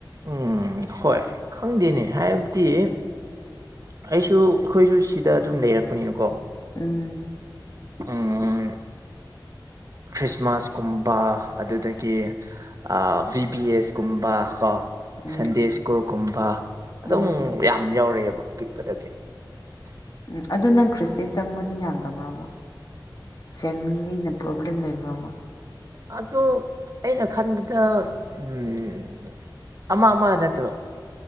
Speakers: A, on the right; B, on the left.
A: ꯎꯝ ꯍꯣꯏ ꯈꯪꯗꯦꯅꯦ ꯍꯥꯏꯕꯗꯤ ꯑꯩꯁꯨ ꯑꯩꯈꯣꯏꯁꯨ ꯁꯤꯗ ꯑꯗꯨꯝ ꯂꯩꯔꯛꯄꯅꯤꯅꯀꯣ
B: ꯎꯝ
A: ꯎꯝ ꯈ꯭ꯔꯤꯁꯃꯥꯁ ꯀꯨꯝꯕ ꯑꯗꯨꯗꯒꯤ ꯑ ꯕꯤ ꯕꯤ ꯑꯦꯁ ꯀꯨꯝꯕ ꯀꯣ
B: ꯎꯝ
A: ꯁꯟꯗꯦ ꯁ꯭ꯀꯨꯜ ꯀꯨꯝꯕ ꯑꯗꯨꯝ
B: ꯎꯝ
A: ꯌꯥꯝ ꯌꯥꯎꯔꯛꯑꯦꯕ ꯑꯄꯤꯛꯄꯗ ꯀꯌꯥ
B: ꯎꯝ ꯑꯗꯨ ꯅꯪ ꯈ꯭ꯔꯤꯁꯇꯦꯟ ꯆꯪꯕꯗꯤ ꯌꯥꯗꯕ꯭ꯔꯥꯕ ꯐꯦꯝꯂꯤꯅ ꯄ꯭ꯔꯣꯕ꯭ꯂꯦꯝ ꯂꯩꯕ <unintelligible>
A: ꯑꯗꯣ ꯑꯩꯅ ꯈꯟꯕꯗ ꯎꯝ ꯑꯃ ꯑꯃ ꯅꯠꯇꯕ